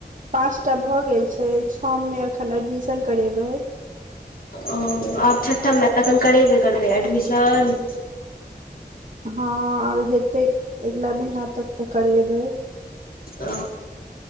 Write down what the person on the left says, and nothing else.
ओ आब छ्ठम पे एखन करेब करबैे एडमिशन
ओ